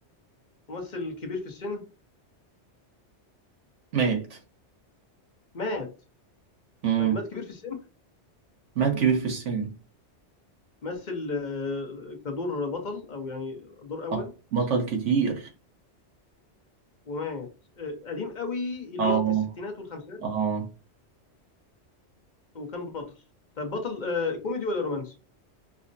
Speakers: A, on the left (about 45°); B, on the right (about 85°).
A: ممثل كبير في السن
B: مات
A: مات
B: مم.
A: طيب مات كبير في السن
B: مات كبير في السن
A: مثل آه، كدور بطل او يعني دور اول
B: آه، بطل كتير
A: ومات آه، قديم قوي اللي
B: اه
A: هو في الستينات والخمسينات
B: اه
A: وكان بطل طيب بطل آه، كوميدي ولا رومانسي؟